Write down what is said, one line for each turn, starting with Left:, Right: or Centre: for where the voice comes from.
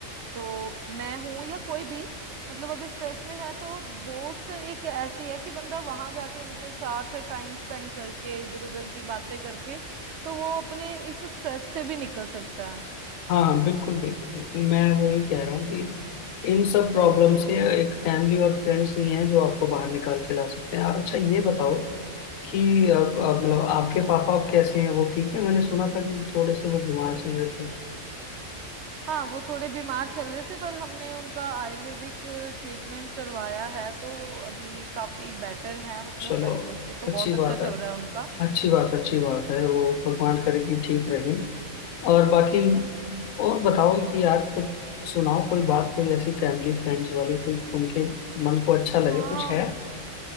Right: तो मैं हूं या कोई भी मतलब अगर स्ट्रेस में है तो दोस्त एक ऐसी है कि बंदा वहां जाके उनके साथ टाइम स्पेंड करके इधर उधर की बातें करके तो वो अपने इस स्ट्रेस से भी निकल सकता है
Left: हाँ हाँ, बिल्कुल बिल्कुल बिल्कुल मैं वही कह रहा हूँ कि इन सब प्रॉब्लम से एक फैमिली और फ्रेंड्स ही हैं जो आपको बाहर निकाल के ला सकते हैं और अच्छा ये बताओ कि अब अब मतलब आपके पापा अब कैसे हैं वो ठीक है मैंने सुना था कि थोड़े से वो बीमार चल रहे थे
Right: हाँ वो थोड़े बीमार चल रहे थे पर हमने उनका आयुर्वेदिक ट्रीटमेंट करवाया है तो अभी काफी बेटर है मतलब
Left: चलो
Right: पहले से तो
Left: अच्छी
Right: बहुत अच्छा
Left: बात
Right: चल
Left: है
Right: रहा है उनका
Left: अच्छी बात अच्छी बात है वो भगवान करे कि ठीक रहे और बाकी और बताओ कि यार कुछ सुनाओ कोई बात कोई ऐसी फैमिली फ्रेंड्स वाली कोई उनके मन को अच्छा लगे
Right: हाँ
Left: कुछ है